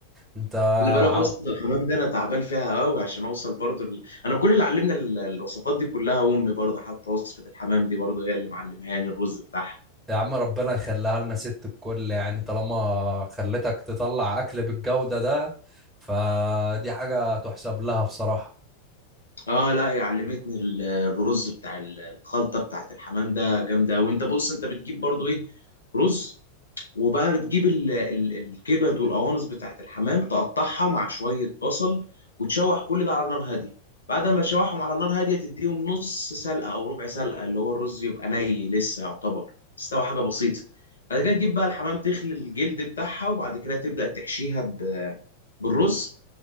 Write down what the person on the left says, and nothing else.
اللي بالك
وصفة الحمام ده انا تعبان فيها قوي عشان اوصل برضو ال... انا كل اللي علمنا ال- الوصفات دي كلها امي برضو حتى وصفة الحمام دي برضو هي اللي معلمهاني الرز بتاعها
اه لا علمتني ال- الرز بتاع ال- الخلطه بتاعت الحمام ده جامده وانت بص انت بتجيب برضو ايه رز وبقى بتجيب ال- ال- الكبد والقوانص بتاعت الحمام تقطعها مع شويه بصل وتشوح كل ده على نار هاديه بعد ما تشوحهم على نار هاديه تديهم نص سلقه او ربع سلقه اللي هو الرز يبقى ني لسه يعتبر استوى حاجه بسيطه بعد كده تجيب بقى الحمام تخلي الجلد بتاعها وبعد كده تبدا تحشيها ب- بالرز